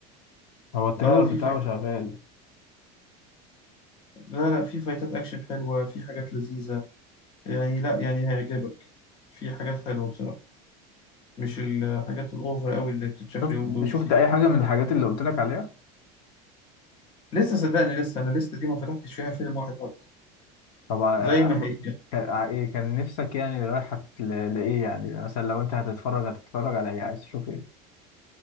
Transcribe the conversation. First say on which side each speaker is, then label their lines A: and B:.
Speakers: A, on the left; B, on the left.
A: هو التريلر
B: اه
A: بتاعه
B: في فايتات
A: شغال
B: لا لا في فايتات اكشن حلوة في حاجات لذيذة يعني لا يعني هيعجبك في حاجات حلوة بصراحة مش الحاجات الاوفر قوي اللي بتتشاف
A: شفت
B: اليومين دول
A: شفت
B: دي
A: اي حاجه من الحاجات اللي قلت لك عليها
B: لسه صدقني لسه انا لسه دي ما فتحتش فيها فيلم واحد برضه
A: طبعا
B: زي ما هي
A: كان ع- ايه كان نفسك يعني رايحه ل- لايه يعني مثلا لو انت هتتفرج هتتفرج على ايه عايز تشوف ايه